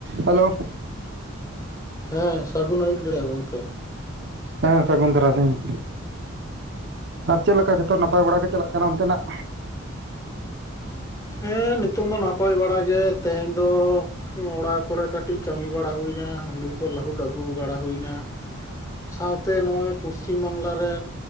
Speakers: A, on the right; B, on the left.
A: Hello.
B: ᱦᱮᱸ ᱥᱟᱹᱜᱩᱱ ᱟᱹᱭᱩᱵ ᱵᱮᱲᱟ ᱜᱚᱢᱠᱮ᱾
A: ᱦᱮᱸ ᱥᱟᱹᱜᱩᱱ ᱛᱨᱟᱥᱤᱝ। ᱟᱨ ᱪᱮᱫ ᱞᱮᱠᱟ ᱡᱚᱛᱚ ᱱᱟᱯᱟᱭ ᱵᱟᱲᱟ ᱜᱮ ᱪᱟᱞᱟᱜ ᱠᱟᱱᱟ ᱚᱱᱛᱮᱱᱟᱜ?
B: ᱦᱮᱸ ᱱᱤᱛᱚᱝ ᱫᱚ ᱱᱟᱯᱟᱭ ᱵᱟᱲᱟ ᱜᱮ ᱛᱮᱦᱮᱧ ᱫᱚ᱾ ᱚᱲᱟ ᱠᱚᱨᱮ ᱠᱟᱹᱴᱤᱡ ᱠᱟᱹᱢᱤ ᱵᱟᱲᱟ ᱦᱩᱭᱮᱱᱟ ᱦᱩᱲᱩ ᱠᱚ ᱞᱟᱹᱦᱩᱫ ᱟᱹᱜᱩ ᱵᱟᱲᱟ ᱦᱩᱭᱱᱟ ᱾ ᱥᱟᱶᱛᱮ ᱱᱚᱜᱼᱚᱭ ᱯᱚᱥᱪᱤᱢ ᱵᱟᱝᱜᱞᱟ ᱨᱮ